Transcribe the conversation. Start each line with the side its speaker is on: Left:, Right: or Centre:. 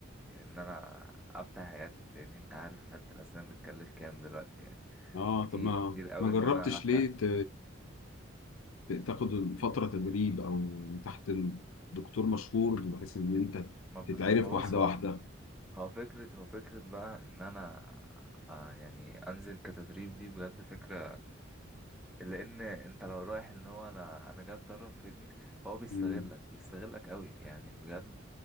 Centre: ان انا افتح عيادتي فاهمني انت عارف عيادة الاسنان بتكلف كام دلوقتي يعني
Left: اه
Centre: كتير
Left: طب ما
Centre: كتير اوي
Left: ما جربتش
Centre: ان انا افتح
Left: ليه ت... ت- تاخد فترة تدريب او تحت دكتور مشهور بحيث ان انت
Centre: ما ب...
Left: تتعرف
Centre: ما
Left: واحدة
Centre: بص هو
Left: واحدة
Centre: هو فكرة هو فكرة بقى ان انا آه يعني انزل كتدريب دي بجد فكرة لان انت لو رايح ان هو انا انا جاي اتدرب فاهمني هو بيستغلك
Left: مم.
Centre: بيستغلك قوي يعني بجد